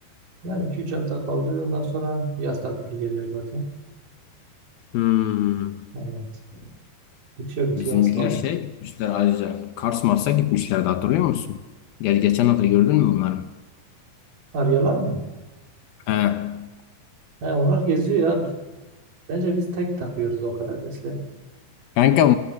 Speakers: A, on the right (about 50°); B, on the left (about 70°).
A: Yani iki üç hafta kaldı. Ondan sonra yaz tatili geliyor zaten.
B: Hmm.
A: Evet. Bitiyor bitiyor
B: Bizimkiler
A: az kaldı.
B: şey gitmişler ayrıca. Kars Mars'a gitmişlerdi hatırlıyor musun? Gel geçen hafta gördün mü bunları?
A: Arıyorlar mı?
B: He.
A: He, onlar geziyor ya. Bence biz tek takıyoruz o kadar besleri.
B: Kanka